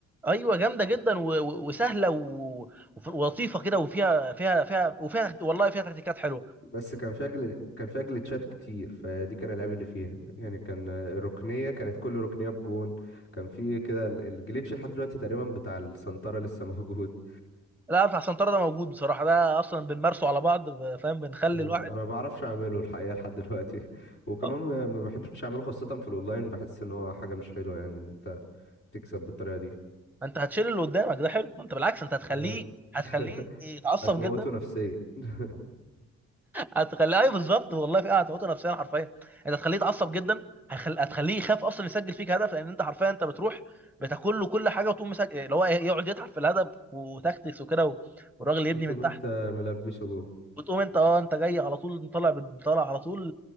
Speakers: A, in the centre; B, on the left.
A: ايوه جامده جدا و- و- وسهله و- وف- ولطيفه كده وفيها فيها فيها وفيها والله فيها تكتيكات حلوه
B: بس كان فيها جل... كان فيها جليتشات كتير فدي كان العيب اللي فيها يعني كان آه، الركنيه كانت كل ركنيه بجون كان في كده ال- الجليتش لحد دلوقتي تقريبا بتاع السنتره لسه <laughs> موجود
A: لا بتاع سنترة ده موجود بصراحة ده أصلا بنمارسه على بعض فاهم بنخلي
B: آه،
A: الواحد
B: انا ما بعرفش اعمله الحقيقه لحد دلوقتي <laughs> وكمان
A: اه
B: ما ما بحبش اعمله خاصه في الاونلاين بحس ان هو حاجه مش حلوه يعني ان انت تكسب بالطريقه دي
A: ما أنت هتشيل اللي قدامك ده حلو ما أنت بالعكس أنت هتخليه
B: آه،
A: هتخليه
B: <laughs>
A: يتعصب
B: هتموته
A: جدا
B: نفسيا <laughs>
A: هتخليه أيوه بالظبط والله في قاعده هتموته نفسيا حرفيا أنت هتخليه يتعصب جدا هتخل... هتخليه يخاف أصلا يسجل فيك هدف لأن أنت حرفيا أنت بتروح بتاكل له كل حاجة وتقوم مسجل اللي هو يقعد يتعب في الهدف وتكتكس وكده و- والراجل يبني
B: انتوا
A: من
B: ما
A: تحت
B: انت ملبسه جوه
A: وتقوم أنت أه أنت جاي على طول طالع بت- طالع على طول